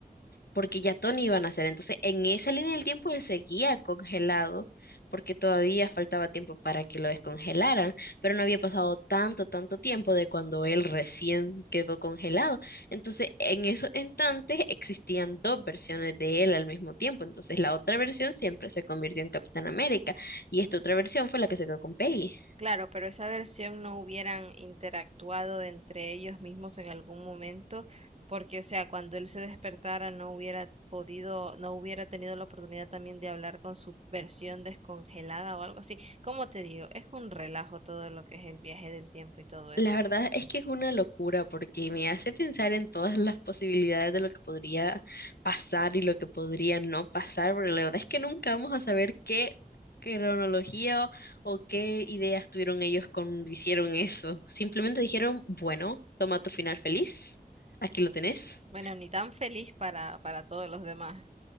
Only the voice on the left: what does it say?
porque ya Tony iba a nacer. Entonces, en esa línea del tiempo él seguía congelado, porque todavía faltaba tiempo para que lo descongelaran, pero no había pasado tanto, tanto tiempo de cuando él recién quedó congelado. Entonces, en esos instantes existían dos versiones de él al mismo tiempo. Entonces, la otra versión siempre se convirtió en Capitán América y esta otra versión fue la que se quedó con Peggy.
La verdad es que es una locura porque me hace pensar en todas las posibilidades de lo que podría pasar y lo que podría no pasar, porque la verdad es que nunca vamos a saber qué cronología o, o qué ideas tuvieron ellos cuando hicieron eso. Simplemente dijeron, bueno, toma tu final feliz, aquí lo tenés.